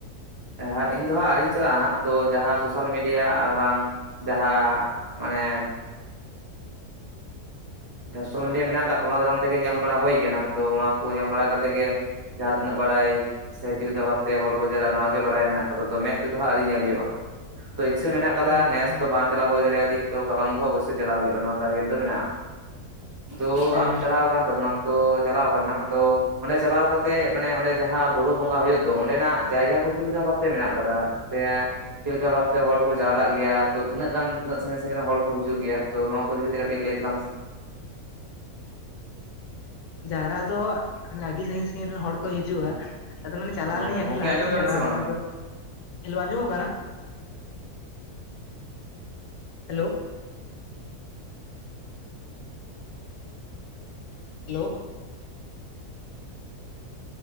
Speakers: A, on the right (about 20°); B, on the left (about 80°).
A: ᱦᱟᱜ ᱤᱧ ᱫᱚ ᱦᱟᱜ ᱟᱣᱨᱤᱧ ᱪᱟᱞᱟᱜᱼᱟ ᱦᱟᱸᱜ ᱛᱳ ᱡᱟᱦᱟᱸ ᱥᱳᱥᱟᱞ ᱢᱤᱰᱤᱭᱟ ᱟᱨ ᱵᱟᱝ ᱡᱟᱦᱟᱸ ᱢᱟᱱᱮ ᱥᱳᱥᱟᱞ ᱢᱤᱰᱤᱭᱟ ᱢᱮᱱᱟᱜ ᱠᱟᱫ ᱛᱚ ᱚᱱᱟ ᱫᱟᱨᱟᱢ ᱛᱮᱜᱮ ᱧᱮᱞ ᱵᱟᱲᱟ ᱦᱩᱭ ᱠᱟᱱᱟ ᱛᱚ ᱚᱱᱟ ᱠᱚ ᱧᱮᱞ ᱵᱟᱲᱟ ᱠᱟᱛᱮ ᱜᱮ ᱡᱟᱦᱟᱸ ᱛᱤᱱᱟᱹᱜ ᱵᱟᱰᱟᱭ ᱥᱮ ᱪᱮᱫ ᱞᱮᱠᱟ ᱵᱷᱟᱵᱽᱛᱮ ᱦᱚᱲ ᱠᱚ ᱡᱟᱣᱨᱟᱜᱼᱟ ᱱᱚᱣᱟᱜ ᱜᱮ ᱵᱟᱲᱟᱭ ᱢᱮᱱᱟᱜ ᱠᱟᱫᱟ ᱛᱚ ᱢᱮᱫ ᱛᱮᱫᱚ ᱦᱟᱸᱜ ᱟᱶᱨᱤ ᱧᱮᱞ ᱦᱳᱭᱳᱜ - ᱟ ᱛᱚ ᱤᱪᱪᱷᱟᱹ ᱢᱮᱱᱟᱜ ᱠᱟᱫᱟ
B: ᱚ ᱟᱪᱪᱷᱟ
A: ᱱᱮᱥ ᱫᱚ ᱵᱟᱝ ᱪᱟᱞᱟᱣ ᱦᱩᱭ ᱫᱟᱲᱮᱭᱟᱫᱟᱹᱧ ᱛᱚ ᱠᱟᱞᱚᱢ ᱫᱚ ᱚᱵᱚᱥᱥᱭ ᱪᱟᱞᱟᱣ ᱦᱩᱭᱩᱜᱼᱟ ᱱᱚᱣᱟ ᱴᱟᱨᱜᱮᱴ ᱫᱚ ᱢᱮᱱᱟᱜᱼᱟ ᱛᱚ
B: ᱦᱮᱸ
A: ᱟᱢ ᱪᱟᱞᱟᱣ ᱟᱠᱟᱱ ᱛᱟᱵᱚᱱᱟᱢ ᱛᱚ ᱪᱟᱞᱟᱣ ᱠᱟᱱᱟᱢ ᱛᱚ ᱚᱸᱰᱮ ᱪᱟᱞᱟᱣ ᱠᱟᱛᱮᱜ ᱢᱟᱱᱮ ᱚᱸᱰᱮ ᱡᱟᱦᱟᱸ ᱵᱩᱨᱩ ᱵᱚᱸᱜᱟ ᱦᱩᱭᱩᱜ ᱫᱚ ᱚᱸᱰᱮᱱᱟᱜ ᱡᱟᱭᱜᱟ ᱠᱚ ᱪᱮᱫᱞᱮ ᱞᱮᱠᱟ ᱵᱷᱟᱵᱛᱮ ᱢᱮᱱᱟᱜ ᱟᱠᱟᱫᱟ ᱥᱮᱭᱟᱜᱻ ᱪᱮᱫᱞᱮᱠᱟ ᱵᱷᱟᱵ ᱛᱮ ᱦᱚᱲ ᱠᱚ ᱡᱟᱹᱣᱨᱟᱜ ᱜᱮᱭᱟ ᱛᱚ ᱛᱤᱱᱟᱜ ᱜᱟᱱ ᱛᱤᱱᱟᱜ ᱥᱟᱹᱜᱤᱧ ᱥᱟᱹᱜᱤᱧ ᱦᱚᱲ ᱠᱚ ᱦᱤᱡᱩᱜ ᱜᱮᱭᱟᱚ ᱱᱚᱣᱟ ᱠᱚ ᱤᱫᱤ ᱠᱟᱛᱮ ᱠᱟᱹᱴᱤᱡ ᱞᱟᱹᱭ ᱛᱟᱞᱟᱝ ᱥᱮ
B: ᱡᱟᱣᱨᱟ ᱫᱚ ᱟᱹᱰᱤ ᱥᱟᱹᱸᱜᱤᱧ ᱥᱟᱺᱜᱤᱧ ᱨᱮᱱ ᱦᱚᱲ ᱠᱚ ᱦᱤᱡᱩᱜᱼᱟ ᱟᱫᱚ ᱢᱟᱱᱮ ᱪᱟᱞᱟᱣ
A: ᱦᱮᱸ
B: ᱞᱮᱱᱟᱧ ᱟᱹᱰᱤ
A: ᱜᱚᱝᱠᱮ
B: ᱞᱟᱦᱟᱛᱤᱧ
A: ᱟᱸᱡᱚᱢ ᱫᱟᱵᱮᱱ
B: ᱪᱟᱞᱟᱣ
A: ᱥᱮ ᱵᱟᱝᱟ
B: ᱞᱮᱱᱟ ᱟᱫᱚ ᱦᱮᱞᱳ ᱟᱸᱡᱚᱢᱚᱜ ᱠᱟᱱᱟ ᱦᱮᱞᱳ ᱦᱮᱞᱳ